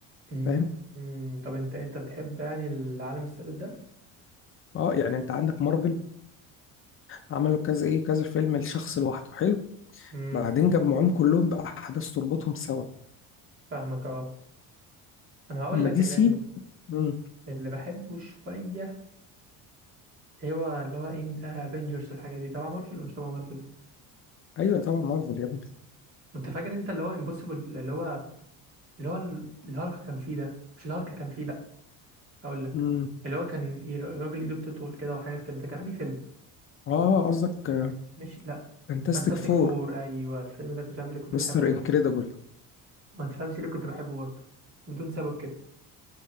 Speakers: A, on the right; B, on the left.
A: مم،
B: فاهم
A: مم، طب انت انت بتحب يعني العالم الثابت ده
B: اه يعني انت عندك مارفل عملوا كذا ايه كذا فيلم لشخص لوحده حلو
A: امم
B: بعدين جمعوهم كلهم بأحداث تربطهم سوا
A: فاهمك اه انا هقول
B: اما
A: لك
B: دي
A: اللي,
B: سي مم.
A: اللي بحبه شويه هو اللي هو ان افنجرز والحاجه دي تبع مارفل ولا مش تبع مارفل
B: ايوه طبعا مارفل يا ابني
A: انت فاكر انت اللي هو امبوسيبل اللي هو اللي هو ال- الهالك كان فيه ده مش الهالك كان فيه لا هقول لك
B: مم.
A: اللي هو كان إيه، الراجل ايده بتطول كده وحاجات كده ده كان انهي فيلم
B: اه قصدك
A: مش لا
B: فانتاستيك
A: فانتاستيك
B: فور
A: فور ايوه الفيلم ده مش عارف ليه كنت
B: مستر
A: بحبه برضه
B: انكريدبل
A: ما تفهمش ليه كنت بحبه برضه بدون سبب كده